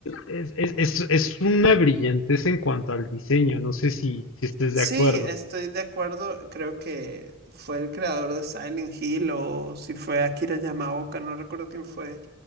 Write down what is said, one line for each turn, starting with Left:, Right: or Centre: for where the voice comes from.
Left: Es, es, es, es una brillantez en cuanto al diseño, no sé si, si estés
Right: Sí,
Left: de acuerdo.
Right: estoy de acuerdo. Creo que fue el creador de Silent Hill o si fue Akira Yamaoka, no recuerdo quién fue.